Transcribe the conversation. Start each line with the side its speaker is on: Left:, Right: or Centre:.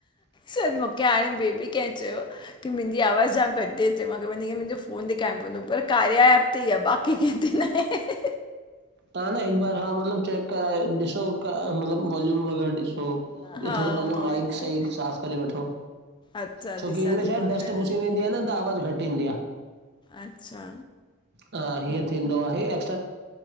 Left: सर मूंखे हाणे ॿेबी केअ चयो। की मुंजी आवाज़ जाम घट ती अचे मांखे वञी मुंजो फोन ते ऐप हूंदो पर कार्य ऐप ते आ बाक़ी कैंते ना आये ह-ह-ह।
Right: तां न हिक बार हां मतलब चैक करायो ॾिसो मतलब वॉल्यूम वग़ैरह ॾिसो। हं
Left: हा
Right: इओ थोड़ो पांॼो
Left: मां
Right: माइक
Left: चई
Right: सई साफ़ करे वठो।
Left: अच्छा
Right: छोकी
Left: ॾिसां
Right: हिनमें
Left: थी
Right: छाये
Left: मां
Right: डस्ट
Left: कराए
Right: घुसी वेंदी आ न त आवाज घट ईंदी आ।
Left: अच्छा
Right: हा ईअं थींदो आहे एक्स